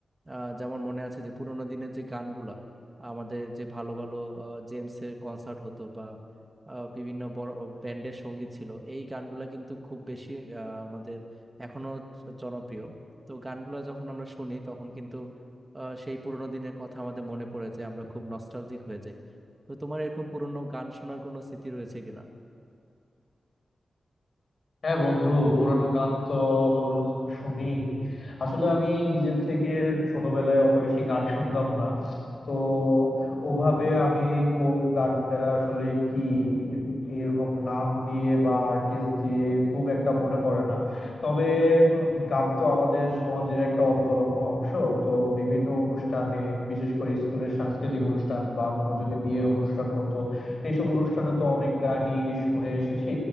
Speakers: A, on the right; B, on the left.
A: আহ, যেমন মনে আছে যে পুরোনো দিনের যে গানগুলা আমাদের যে ভালো ভালো জেমসের কনসার্ট হতো বা আহ, বিভিন্ন বড় ব্যান্ডের সঙ্গীত ছিল এই গানগুলা কিন্তু খুব বেশি আহ, আমাদের এখনো জনপ্রিয় তো গানগুলা যখন আমরা শুনি তখন কিন্তু আহ, সেই পুরোনো দিনের কথা আমাদের মনে পড়ে যায় আমরা খুব নস্টালজিক হয়ে যাই তো তোমার এরকম পুরোনো গান শোনার কোনো স্মৃতি রয়েছে কিনা
B: হ্যাঁ বন্ধু পুরানো গান তো শুনি আসলে আমি নিজের থেকে ছোটবেলায় অত বেশি গান শুনতাম না তো ওভাবে আমি কোন গানটা আসলে কি এরকম নাম দিয়ে বা আর্টিস্ট দিয়ে খুব একটা মনে পড়ে না তবে উম গান তো আমাদের সমাজের একটা অন্তরঙ্গ অংশ তো বিভিন্ন অনুষ্ঠানে বিশেষ করে স্কুলের সাংস্কৃতিক অনুষ্ঠান বা কোনো যদি বিয়ের অনুষ্ঠান হতো এইসব অনুষ্ঠানে তো অনেক গানই শুনে এসেছি